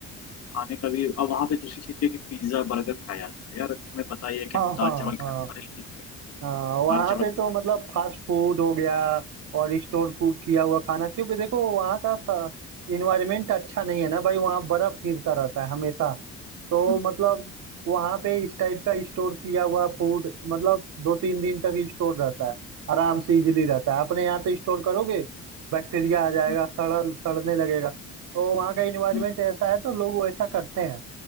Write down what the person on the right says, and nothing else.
हाँ
हाँ
हाँ
हाँ
वहाँ
पे
तो मतलब
फास्ट फूड हो गया और स्टोर कुक किया हुआ खाना क्योंकि देखो वहाँ का इन्वायरमेंट अच्छा नहीं है ना भाई वहाँ बर्फ गिरता रहता है हमेशा तो
मतलब वहाँ पे इस टाइप का स्टोर किया हुआ फूड मतलब दो तीन दिन तक स्टोर रहता है आराम से इजिली रहता है अपने यहाँ तो स्टोर करोगे बैक्टीरिया आ जाएगा
सड़ सड़ने लगेगा तो वहाँ का इन्वायरमेंट
ऐसा है तो लोग वैसा करते हैं